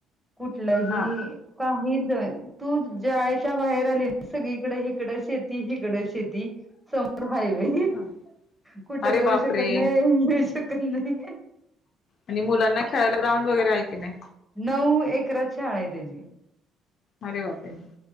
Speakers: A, in the centre; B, on the left.
A: कुठलही
B: हा
A: काही जण तू ज्याळेच्या बाहेर आली. ना सगळीकडे हकडं शेती, तिकडं शेती समोर हायवे.
B: ह
A: कुठ
B: अरे
A: जाऊ
B: बापरे
A: शकत नाही, येऊ शकत नाही.
B: आणि मुलांना खेळायला ग्राउंड वगैरे आहे की नाही?
A: नऊ एकरात शाळा आहे त्याची.
B: अरे बाप रे!